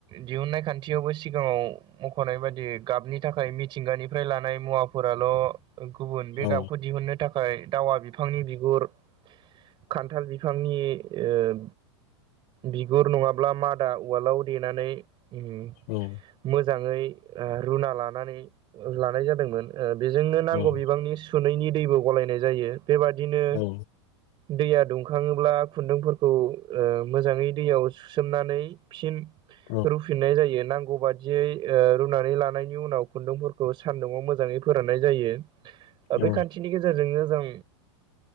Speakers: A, on the right (about 30°); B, on the left (about 50°).
A: दिहुननाय खान्थियावबो सिगाङाव मख'नाय बायदि गाबनि थाखाय मिथिंगानिफ्राय लानाय मुवाफोराल' गुबुन बे
B: औ
A: गाबखौ दिहुननो थाखाय दावा बिफांनि बिगुर खान्थाल बिफांनि ओ बिगुर नङाब्ला मादा उवालाव देनानै उम
B: उम
A: मोजाङै रुना लानानै लानाय जादोंमोन बेजोंनो नांगौ
B: औ
A: बिबांनि सुनैनि दैबो गलायनाय जायो बेबादिनो
B: औ
A: दैया दुंखाङोब्ला खुन्दुंफोरखौ ओ मोजाङै दैयाव सुसोमनानै फिन
B: औ
A: रुफिननाय जायो नांगौ बादियै ओ रुनानै लानायनि उनाव खुन्दुंफोरखौ सान्दुङाव मोजाङै फोराननाय जायो बे
B: औ
A: खान्थिनि गेजेरजोंनो जों